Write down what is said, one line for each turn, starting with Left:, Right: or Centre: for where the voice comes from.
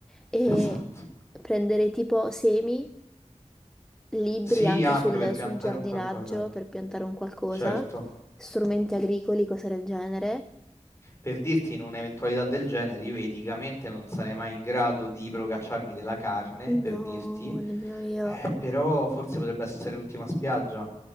Centre: E
Left: <laughs> Esatto.
Centre: prenderei tipo semi, libri
Left: Sì,
Centre: anche
Left: anche
Centre: sul,
Left: per piantare
Centre: sul giardinaggio
Left: un qualcosa.
Centre: per piantare un qualcosa,
Left: Certo.
Centre: strumenti agricoli, cose del genere.
Left: Per dirti, in un'eventualità del genere, io eticamente non sarei mai in grado di procacciarmi della carne,
Centre: No,
Left: per dirti,
Centre: nemmeno io.
Left: eh, però forse potrebbe essere l'ultima spiaggia.